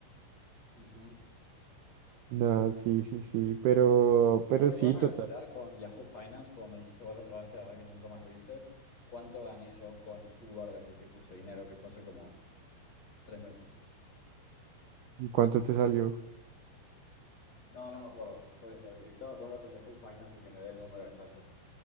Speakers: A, on the left; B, on the right.
A: ujú.
B: Nada, sí, sí, sí, pero, pero
A: Tengo que
B: sí,
A: ponerme
B: total.
A: a calcular con Yahoo Finance, como me dijiste vos la otra vez, que la verdad que nunca más lo hice. ¿Cuánto gané yo con Uber desde que puse dinero? Que fue hace como tres meses.
B: ¿Y cuánto te salió?
A: No, no me acuerdo. Por eso, que tengo que ponerlo con Yahoo Finance y que me dé el número exacto.